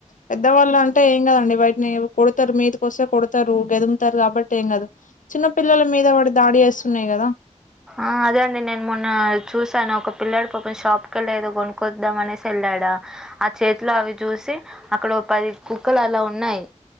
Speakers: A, on the left (about 85°); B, in the centre.
A: పెద్దవాళ్ళు అంటే ఏం కదండి బయటిని కొడతారు మీదికి వస్తే కొడతారు గెదుముతారు కాబట్టి ఏం కాదు చిన్న పిల్లల మీద వడి దాడి చేేస్తున్నాయి కదా
B: ఆ అదే అండి నేను మొన్న చూసాను ఒక పిల్లాడు పాపం షాప్కికెళ్ళి లేదో కొనుక్కొద్దాం అనేసి వెళ్ళాడా ఆ చేతిలో అవి చూసి అక్కడ పది కుక్కలు అలా ఉన్నాయి